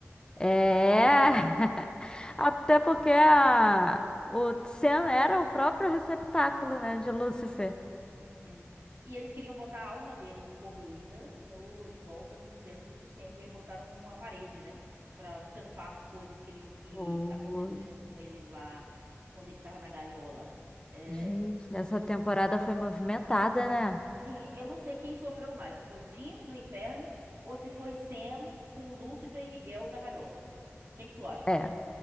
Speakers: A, on the left; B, on the right.
A: É. <laughs> Até porque a... o Sam era o próprio receptáculo, né, de Lúcifer.
B: Uhum. E eles queriam botar a alma dele corroída no de volta no- dentro do Sam e aí botaram uma parede, né, Pra tampar as coisas que ele que
A: Foi.
B: aconteceram com ele lá quando ele tava na gaiola. É,
A: Gente, essa temporada foi movimentada, né?
B: Sim, eu não sei quem sofreu mais, se foi Jim no inferno ou se foi Sam com Lúcifer e Miguel na gaiola. Quem que tu acha?
A: É.